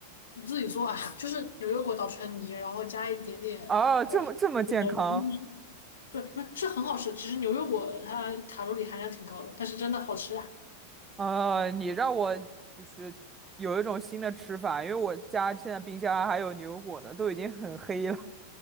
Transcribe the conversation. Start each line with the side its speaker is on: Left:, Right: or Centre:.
Left: 你自己做啊，<laughs> 就是牛油果捣成泥，然后加一点点
Right: 啊，这么这么健康
Left: 那个柠檬对，不是是很好吃。其实牛油果它卡路里含量挺高的，但是真的好吃啊。
Right: 啊！你让我就是有一种新的吃法，因为我家现在冰箱啊还有牛油果呢，都已经很黑了。